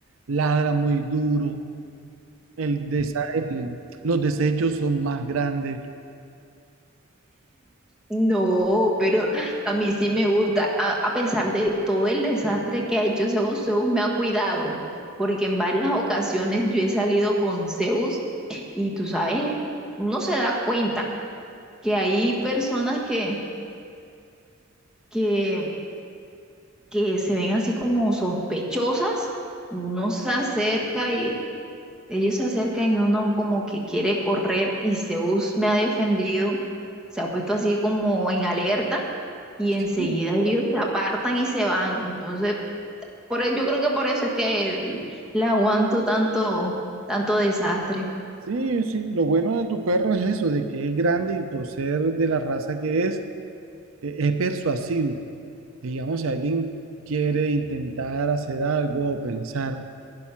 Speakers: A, on the right; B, in the centre.
A: ladran muy duro. El desa- el- los desechos son más grandes.
B: No, pero a mí sí me gusta. A, a pesar de todo el desastre que ha hecho Zeus, Zeus me ha cuidado, porque en varias ocasiones yo he salido con Zeus y tú sabes, uno se da cuenta que hay personas que, que, que se ven así como sospechosas, uno se acerca y, ellos se acercan y uno como que quiere correr y Zeus me ha defendido, se ha puesto así como en alerta y enseguida
A: Sí,
B: ellos se apartan y se van. Entonces, por, e- yo creo que por eso es que el- le aguanto tanto, tanto desastre.
A: sí, sí. Lo bueno de tu perro es eso, de que es grande y por ser de la raza que es, e- es persuasivo. Digamos, si alguien quiere intentar hacer algo o pensar,